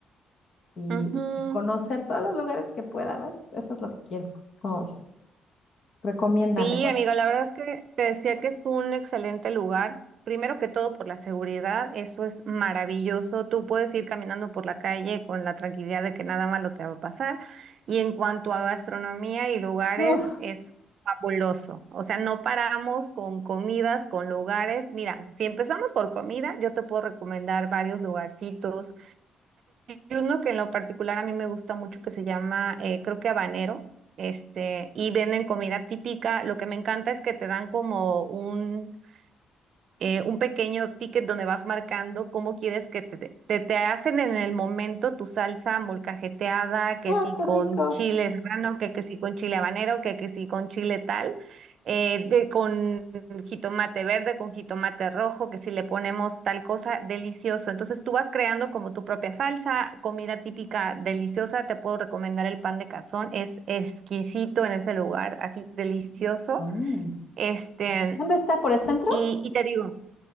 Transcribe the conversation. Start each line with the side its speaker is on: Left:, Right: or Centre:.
Left: y,
Right: Ujú.
Left: y conocer todos los lugares que pueda, ¿ves? Eso es lo que quiero. ¿Cómo ves? Recomiéndame.
Right: Sí,
Left: ¿no?
Right: amiga, la verdad es que te decía que es un excelente lugar. Primero que todo por la seguridad, eso es maravilloso. Tú puedes ir caminando por la calle con la tranquilidad de que nada malo te va a pasar. Y en cuanto a gastronomía y lugares,
Left: Uf. <laughs>
Right: es fabuloso. O sea, no paramos con comidas, con lugares. Mira, si empezamos por comida, yo te puedo recomendar varios lugarcitos. uno que en lo particular a mí me gusta mucho que se llama, eh, creo que habanero, este, y venden comida típica. Lo que me encanta es que te dan como un, eh, un pequeño ticket donde vas marcando cómo quieres que te, te, te hacen en el momento tu salsa molcajeteada, que
Left: ¡Ah,
Right: si
Left: qué
Right: con
Left: rico!
Right: chile serrano, que, que si con chile habanero, que, que si con chile tal, eh, de, con jitomate verde, con jitomate rojo, que si le ponemos tal cosa, delicioso. Entonces tú vas creando como tu propia salsa, comida típica deliciosa. Te puedo recomendar el pan de cazón, es exquisito en ese lugar, así delicioso.
Left: Oh.
Right: Este,
Left: ¿Dónde está? ¿Por el centro?
Right: y, y te digo,